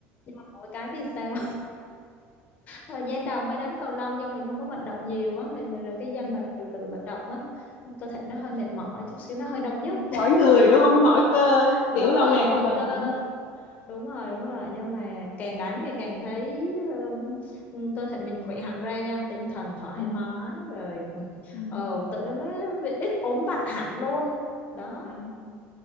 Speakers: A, on the left; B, on the left.
A: nhưng mà mỗi cái thì sao thời gian đầu mới đánh cầu lông do mình không có vận động nhiều á mình mình là cái dân
B: ừ.
A: mà lười vận động á cơ thể nó hơi mệt mỏi chút xíu nó hơi đau nhức
B: mỗi
A: <laughs>
B: người
A: kiểu
B: đúng không nó mỏi cơ
A: đúng
B: kiểu lâu
A: rồi
B: ngày
A: mỏi
B: không vận
A: cơ
B: động
A: đúng rồi đúng rồi nhưng mà càng đánh thì càng thấy ừm, cơ thể mình khỏe hẳn ra nha tinh thần thoải
B: ừ
A: mái rồi
B: ừ
A: ờ tự nó ít ốm vặt hẳn luôn đó
B: ừ.